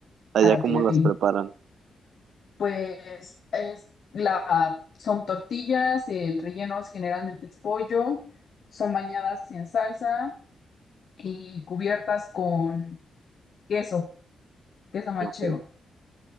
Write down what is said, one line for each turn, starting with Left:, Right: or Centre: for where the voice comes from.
Right: Allá
Left: Ah,
Right: cómo
Left: ok,
Right: las
Left: ok.
Right: preparan.
Left: Pues es la, son tortillas, el relleno es generalmente es pollo, son bañadas en salsa y cubiertas con queso, queso manchego.
Right: Ok,